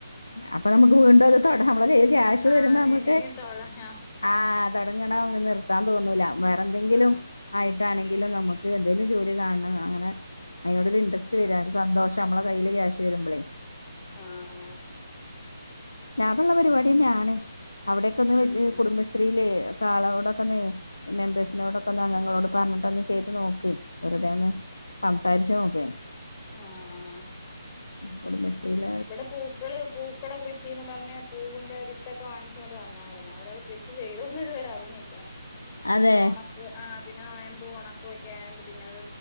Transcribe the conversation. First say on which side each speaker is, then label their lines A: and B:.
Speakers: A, on the left; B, on the left.
A: അപ്പൊ നമുക്ക് വീണ്ടും അത് തൊടാ നമ്മളെ കയ്യിൽ ക്യാഷ്
B: ആ ആ
A: വരുമ്പോ നമുക്ക്
B: നീ തൊഴ ആ
A: ആഹ് തുടങ്ങണം നിർത്താൻ തോന്നൂല വേറെ എന്തെങ്കിലും
B: ആ
A: ആയിട്ടാണെങ്കിലും നമുക്ക് എന്തേലും ജോലി കാണണം അങ്ങനെ- അയിനോടൊരു ഇൻട്രെസ്റ്റ് വരാണ് ഒരു സന്തോഷം നമ്മളെ കയ്യിൽ ക്യാഷ് വരുമ്പളേ
B: ആഹ് ആഹ്
A: ലാഭള്ള പരിപാടി തന്നെ ആണ് അവിടൊക്കെ ഒന്ന് വെച്ച്
B: ഉം
A: കുടുംബശ്രീയില് ഒക്കെ ആളോടൊക്കൊന്ന് മെമ്പേഴ്സിനോടൊക്കെ ഒന്ന് അംഗങ്ങളോട് പറഞ്ഞിട്ട് ഒന്ന് ചെയ്ത് നോക്ക്‌ വെറുതെ ഒന്ന് സംസാരിച്ച് നോക്ക്‌
B: ആ ആ
A: കുടബശ്രീൽ
B: ഇവിടെ പൂക്കള് പൂ പൂക്കടെ കൃഷിന്ന് പറഞ്ഞ് പൂവിന്റെ വിത്തൊക്കെ വാങ്ങിച്ച് കൊണ്ട് വന്നായിരുന്നു അവരത് കൃഷി ചെയ്തോന്ന് ഇതുവരെ അറിഞ്ഞില്ല പിന്നെ
A: അതെ
B: ഒണക്ക് ആ പിന്നെ നോയമ്പും ഒണക്കൊ ഒക്കെ ആയോണ്ട് പിന്നെ അത്